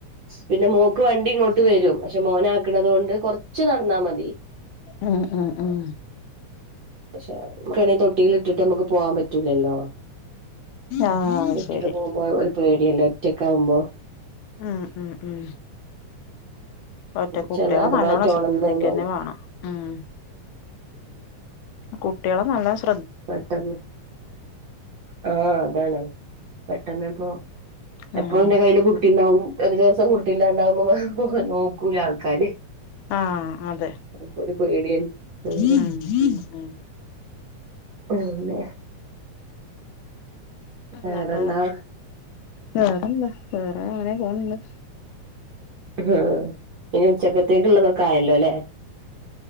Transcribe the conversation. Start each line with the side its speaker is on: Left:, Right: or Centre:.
Right: പിന്നെ മോക്ക് വണ്ടി ഇങ്ങോട്ട് വെരും പക്ഷെ മോനാക്ക്ണതോണ്ട് കൊറച്ച് നടന്നാ മതി
Left: ഉം ഉം ഉം
Right: പക്ഷെക്ക്ണെ തൊട്ടിൽ ഇട്ടിട്ട് നമ്മുക്ക് പോവാൻ പറ്റൂലല്ലോ
Left: ആഹ്
Right: ട്ടിട്ട്
Left: ശരി
Right: പോകുമ്പോ ഒരു പേടിയല്ലെ ഒറ്റക്കാവുമ്പോ
Left: ഉം ഉം ഉം ഒറ്റ കുട്ടികളെ
Right: ച അഥവാറ്റെ
Left: നല്ലോണം ശ്രദ്ധിക്കന്നെ
Right: ഒണന്ന് കയിഞാല്
Left: വേണം ഉം കുട്ട്യാളെ നല്ലോം ശ്
Right: പെട്ടെന്ന് ആ അതാണ് പെട്ടെന്ന്പ്പോ
Left: ഉം
Right: എപ്പ ന്റെ കയ്യില് കുട്ടിണ്ടാവും ഒരു ദിവസം കുട്ടില്ലാണ്ടാവുമ്പോ നോക്കൂ ആൾക്കാര്
Left: ആഹ് അതെ
Right: അപ്പൊ ഒരു പേടിയാണ് ആ
Left: ഉം ഉം ഉം
Right: <inaudible>
Left: ഇന്നിട്ട്
Right: വേറെന്താ
Left: വേറെന്താ വേറെ അങ്ങനെ പോണണ്ട്
Right: ഹ ഇനി ഉച്ചക്കത്തേക്കുള്ളതൊക്കെ ആയല്ലോ ല്ലേ